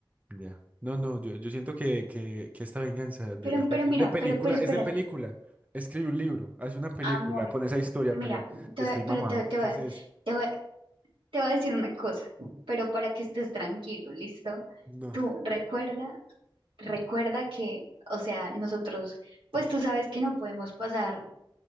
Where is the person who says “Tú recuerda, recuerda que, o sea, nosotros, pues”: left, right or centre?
Right